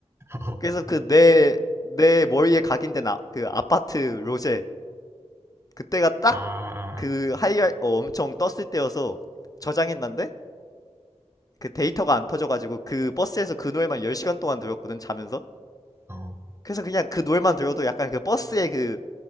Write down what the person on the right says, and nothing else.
어.
아.
어.